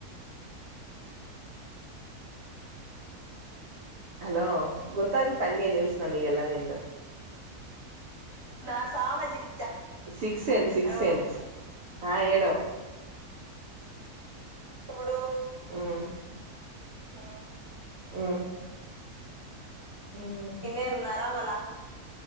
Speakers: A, on the right; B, on the right.
A: ಹ್ಮ
B: ಹಲೋ ಗೊತ್ತಾಗುತ್ತ ಹಂಗೆ ನ್ಯೂಸ್ ನಮಗೆಲ್ಲ ನೀ
A: ನಾ ಸಾವ ಚ <unintelligible>
B: ಸಿಕ್ಸ್ ಸೆನ್ಸ್ ಸಿಕ್ಸ್
A: ಹಾಗ
B: ಸೆನ್ಸ್ ಹಾ ಹೇಳು
A: ಬಿಡು
B: ಹ್ಮ್
A: ಹ್ಮ
B: ಹ್ಮ್ ಹ್ಮ ಹ್ಮ್
A: ಇನ್ನೇ ನರಾಮಲ